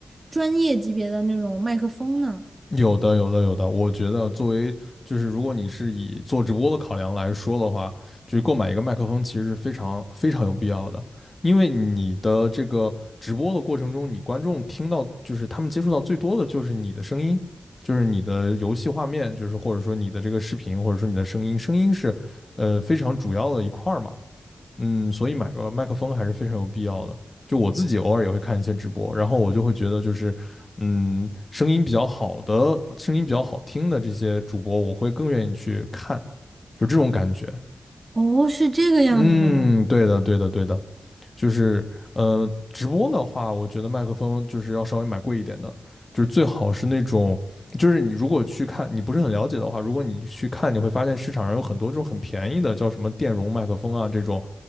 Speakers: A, on the right (about 45°); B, on the left (about 40°).
A: 专业级别的那种麦克风呢？
B: 有的，有的，有的。我觉得作为就是如果你是以做直播的考量来说的话，就是购买一个麦克风其实是非常非常有必要的，因为你的这个直播的过程中，你观众听到就是他们接触到最多的就是你的声音，就是你的游戏画面，就是或者说你的这个视频，或者说你的声音，声音是呃非常主要的一块儿嘛。嗯，所以买个麦克风还是非常有必要的。就我自己偶尔也会看一些直播，然后我就会觉得就是，嗯，声音比较好的、声音比较好听的这些主播，我会更愿意去看，就这种感觉。
A: 哦，是这个样子的吗？
B: 嗯，对的，对的，对的，就是呃，直播的话，我觉得麦克风就是要稍微买贵一点的，就是最好是那种，就是你如果去看，你不是很了解的话，如果你去看，你会发现市场上有很多这种很便宜的，叫什么电容麦克风啊这种，